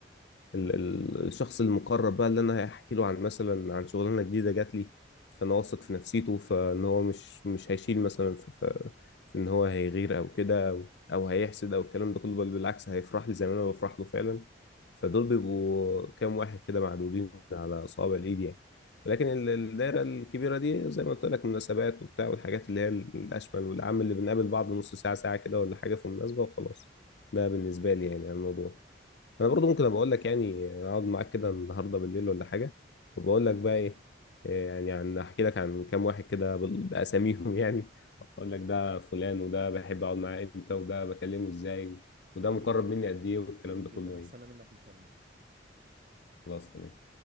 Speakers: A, on the left (about 65°); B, on the right (about 45°).
A: ال- ال- الشخص المقرب بقى اللي انا هحكي له عن مثلا عن شغلانه جديده جات لي فانا واثق في نفسيته فان هو مش مش هيشيل مثلا في, في, في ان هو هيغير او كده او او هيحسد او الكلام ده كله بل بالعكس هيفرح لي زي ما انا بفرح له فعلا فدول بيبقوا كام واحد كده معدودين على اصابع الايد يعني ولكن ال- الدايره الكبيره دي زي ما قلت لك مناسبات وبتاع والحاجات اللي هي الاشمل والعام اللي بنقابل بعض نص ساعه ساعه كده ولا حاجه في مناسبه وخلاص ده بالنسبه لي يعني عن الموضوع انا برضو ممكن ابقى اقول لك يعني اقعد معاك كده النهارده بالليل ولا حاجه وبقول لك بقى ايه إيه يعني عن احكي لك عن كام واحد كده بال- باساميهم <laughs> يعني اقول لك ده فلان وده بحب اقعد معاه امتى وده بكلمه ازاي وده
B: جميل
A: مقرب
B: جدا
A: مني قد ايه والكلام
B: جميل
A: ده
B: جدا
A: كله يعني
B: هستنى منك مكالمة
A: خلاص تمام